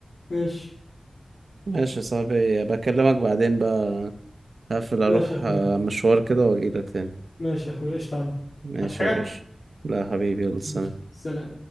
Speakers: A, on the left; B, on the right.
A: ماشي
B: ماشي يا صاحبي بكلمك بعدين بقى هقفل
A: ماشي
B: اروح
A: يا اخوي
B: آه، مشوار كده واجيلك تاني
A: ماشي يا اخويا قشطة عليك
B: ماشي
A: عايز حاجة
B: يا باشا لا حبيبي يلا سلام
A: ماشي سلام